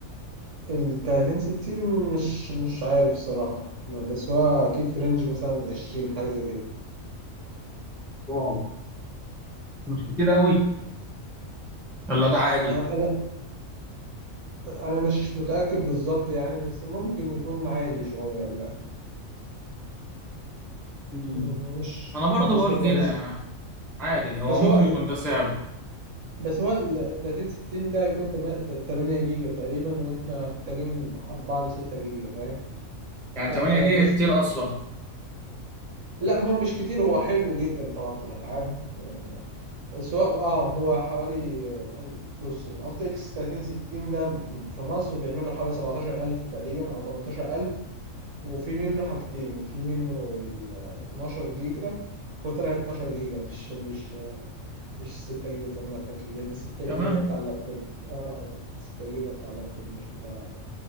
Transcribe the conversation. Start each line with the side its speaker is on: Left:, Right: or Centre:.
Right: التلاتين ستين مش مش عارف الصراحة ما- بس هو أكيد في رينج مثلا عشرين حاجة زي كده
Centre: واو مش كتير قوي ولا ده عادي
Right: آه، أنا أنا مش متأكد بالظبط يعني بس ممكن يكون عالي شوية لا
Centre: مم.
Right: مم، مش
Centre: انا برضه
Right: ما عنديش
Centre: بقول
Right: فكرة
Centre: كده
Right: بس
Centre: يعني عادي هو
Right: بس
Centre: ممكن
Right: هو
Centre: يكون ده سعره
Right: بس هو ال 30 60 ده هيكون تما- ت- 8 جيجا تقريبا واحنا محتاجين 4 ل 6 جيجا فاهم
Centre: يعني
Right: آه
Centre: 8 جيجا
Right: بس
Centre: كتير اصلا
Right: لا هو مش كتير هو حلو جدا طبعا في الالعاب آه بس هو اه هو حوالي ال- ال- بص الار تي اكس 30 60 ده في مصر بيعمل له حوالي 17000 تقريبا او 18000 وفي منه حاجتين في منه ال 12 جيجا هو طلع 12 جيجا مش مش مش 6 جيجا زي ما انا فاكر لان 6 جيجا
Centre: كمان
Right: ده بتاع اللابتوب اه آه، 6 جيجا ده بتاع اللابتوب مش بتاع